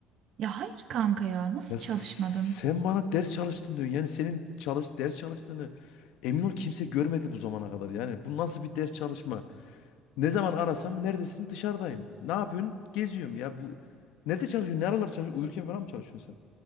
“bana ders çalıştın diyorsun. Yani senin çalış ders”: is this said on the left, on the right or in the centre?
Left